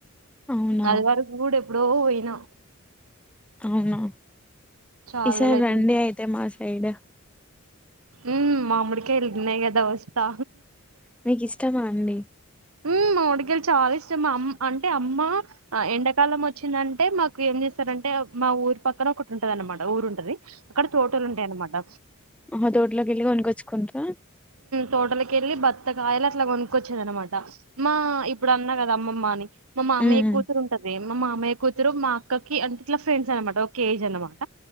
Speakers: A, in the centre; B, on the right.
A: అవునా
B: అది వరకూడ ఎప్పుడో పోయినా
A: అవునా
B: చాలా
A: ఈసారి
B: రోజులు అయితుంది
A: రండి అయితే మా సైడ్
B: ఉమ్ మామిడికాయలున్నాయి గదా వస్తా
A: మీకు ఇష్టమా అండి.
B: ఉమ్ మామిడికాయలు చాలా ఇష్టం మా అమ్ అంటే అమ్మ ఎండాకాలం వచ్చిందంట్ అంటే మాకు ఏం చేస్తారంటే మా ఊరు పక్కన ఒకటి ఉంటది అన్నమాట ఊరుంటది అక్కడ తోటలు ఉంటాయ అన్నమాట.
A: ఆ తోడ్లోకి ఎల్లి కొనకోచ్చుకుంటా
B: తోటలకు ఏళ్ళి బత్తకాయలు అట్లా కొనుక్కొచ్చేద అనమాట మా ఇప్పుడు అన్నా కదా అమ్మమ్మ అని మామాయ్య
A: ఉమ్
B: కూతురు ఉంటది మా మామయ్య కూతురు మా అక్కకి అంటే ఇట్లా ఫ్రెండ్స్ అనమాట ఒక ఏజ్ అనమాట